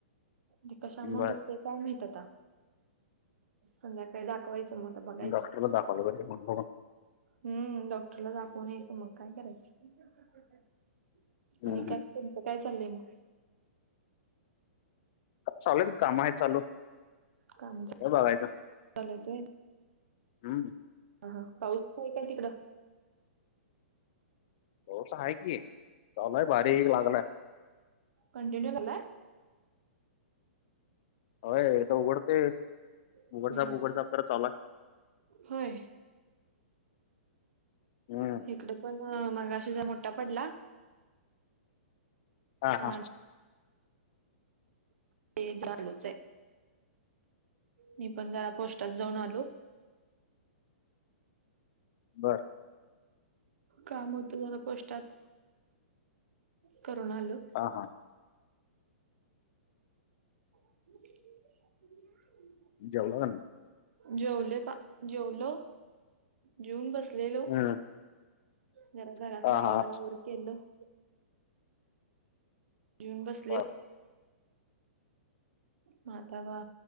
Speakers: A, on the right; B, on the left.
A: ते कशामूळ
B: बर
A: दुखतय काय माहित आता संध्याकाळी दाखवायचं मग. आता बघायचं
B: डॉक्टरला दाखवायला पाहिजे मग बघू.
A: हम्म डॉक्टरला दाखवून यायचं, मग काय करायचं?
B: हम्म
A: आणि काय?
B: हम्म
A: तुमचं काय चाललंय मग?
B: चालु हायत काम आहे चालू.
A: काम चालू
B: काय बघायचं
A: चालू हायत होय.
B: हम्म.
A: ह हा पाऊस ते आहे काय तिकडं.
B: पाऊस हाय की, चालु हाय बारीक लागलाय.
A: कंन्टिन्यु लागलाय.
B: होय एकदा उघडतय,
A: हम्म
B: उघडझाप उघडझाप तर चालू हाय.
A: होय.
B: हम्.
A: इकड पण मगाशी जरा मोठा पडला.
B: हा
A: आणि
B: हा.
A: ते चालुच हाय. मी पण जरा पोस्टात जाऊन आलो.
B: बर.
A: काम होत जरा पोस्टात करून आलो.
B: हां हां.
A: <unintelligible>
B: जेवला का नाही?
A: जेवले पा जेवलो. जेवून बसलेलो,
B: हम्म
A: जरा घरातल
B: हा
A: आवराआवर
B: हा
A: केलं येऊन बसले.
B: बर
A: म आता वा